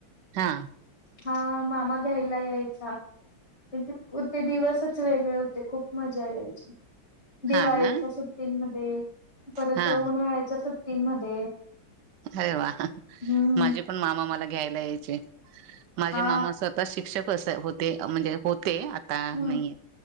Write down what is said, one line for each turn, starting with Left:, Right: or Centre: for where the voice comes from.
Right: हा,
Left: हा मामा घ्यायला यायचा, ते दिवसचं वेगळे होते खूप मजा यायची. दिवाळीच्या
Right: हा ना
Left: सुट्टींमध्ये, परत
Right: हा
Left: उन्हाळ्याच्या सुट्टींमध्ये
Right: अरे वा,
Left: हम्म
Right: माझे पण मामा मला घ्यायला यायचे. माझे
Left: हा
Right: मामा स्वतः शिक्षक असे‌ होते म्हणजे होत. ते आता
Left: हम्म
Right: नयेत